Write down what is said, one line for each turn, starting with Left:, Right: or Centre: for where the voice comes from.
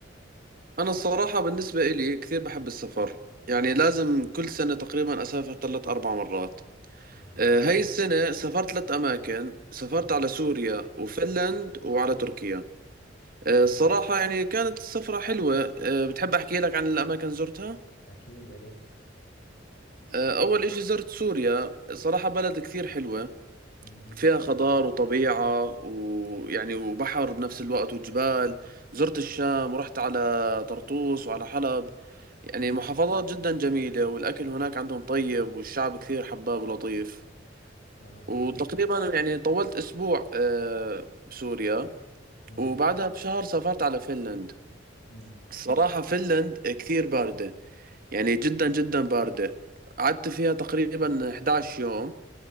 Right: أنا الصراحة بالنسبة إلي كثير بحب السفر يعني لازم كل سنة تقريبا أسافر ثلاث أربع مرات
Left: جميل
Right: آه، هاي السنة سافرت ثلاث أماكن سافرت
Left: مم.
Right: على سوريا وفنلند وعلى تركيا آه،
Left: حلو.
Right: الصراحة يعني كانت السفرة حلوة آه، بتحب أحكي لك عن الأماكن زرتها
Left: اكيد يا ريت
Right: آه، أول إشي زرت سوريا صراحة بلد كثير حلوة
Left: مهم.
Right: فيها خضار وطبيعة ويعني وبحر بنفس الوقت وجبال زرت الشام ورحت على طرطوس وعلى حلب يعني
Left: مم.
Right: محافظات جدا جميلة والأكل هناك عندهم طيب والشعب كثير حباب ولطيف
Left: آه، اكيد
Right: وتقريبا يعني طولت أسبوع آه، بسوريا
Left: مم.
Right: وبعدها بشهر سافرت على فنلند
Left: مم.
Right: الصراحة فنلند كثير باردة يعني جدا جدا باردة قعدت فيها تقريبا 11 يوم